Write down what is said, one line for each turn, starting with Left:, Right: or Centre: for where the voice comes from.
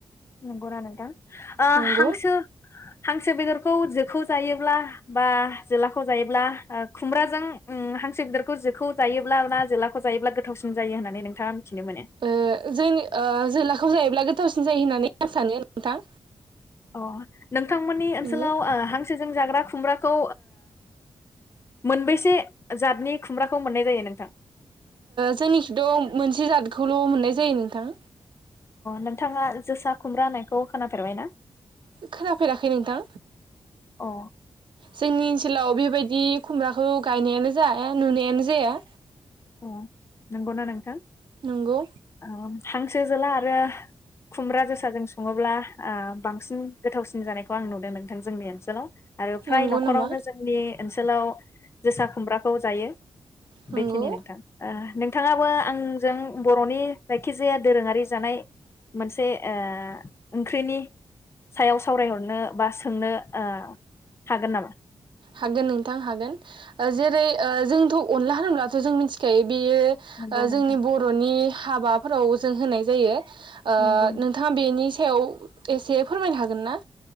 Left: नंगौना नोंथां ओ
Right: नंगौ
Left: हांसो हांसो बेदर खौ जोखौ जायोब्ला बा जोलाखौ जायोब्ला खुमब्राजों उम हांसो बेदरखौ जोखौ जायोब्ला ना जोलाखौ जायोब्ला गोथावसिन जायो होननानै नोंथाङा मिथिनो मोनो
Right: ओ जोंनि जिला गोथाव जायोब्ला गोथावसिन जायो होननानै आं सानो नोंथां।
Left: औ नोंथांमोननि ओनसोलाव
Right: नंगौ ओ
Left: हां सो जों जाग्रा खुमब्राखौ मोनबेसे जातनि खुमब्राखौ मोननाय जायो नोंथां?
Right: जोंनिखिथ' मोनसे जादखौल' मोननाय जायो नोंथां।
Left: नोंथाङा जोसा खुमब्रा होनायखौ खोनाफेरबाय ना।
Right: खोनाफेराखै नोंथां
Left: अ
Right: जोंनि ओनसोलाव बेबायदि खुमब्राखौ गायनायानो जाया नुनायानो जाया।
Left: अ नंगौना नोंथां।
Right: नंगौ।
Left: ओम हांसो जोला आरो खुमब्रा जोसाजों संङोब्ला बांसिन गोथावसिन सि जानायखौ आं नुदों नोंथां जोंनि आरो फ्राय
Right: नंगौ
Left: न'खरावनो
Right: नामा
Left: जोंनि ओनसोलाव जोसा खुमब्राखौ जायो।
Right: नंगौ
Left: बेखिनिनो। ओ नोंथांङाबो आंजों बर'नि जायखिजाया दोरोंङारि जानाय मोनसे ओ ओंख्रिनि सायाव सावरायहरनो बा सोंनो ओ हागोन नामा?
Right: हागोन नोंथां हागोन ओ जेरै ओ जोंथ' अनला होनोब्लाथ' जों मिथिखायो बेयो ओ
Left: नंगौ
Right: जोंनि
Left: नोंथां
Right: बर'नि हाबाफोराव जों होनाय जायो। ओ
Left: नंगौ
Right: नोंथाङा बेनि सायाव एसे फोरमायनो हागोन ना?